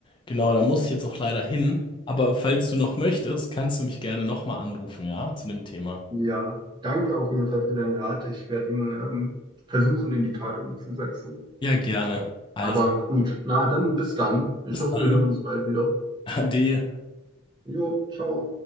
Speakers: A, on the left (about 20°); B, on the right (about 20°).
A: genau, da muss ich jetzt auch leider hin. Aber falls du noch möchtest, kannst du mich gerne nochmal anrufen, ja, zu dem Thema.
B: Ja, danke auf jeden Fall für deinen Rat. Ich werde ihn ähm, versuchen, in die Tat umzusetzen.
A: Ja, gerne. Also,
B: Aber gut, na dann bis dann. Ich
A: bis
B: hoffe,
A: dann.
B: wir hören uns bald wieder.
A: <laughs> Ade.
B: Jo, ciao.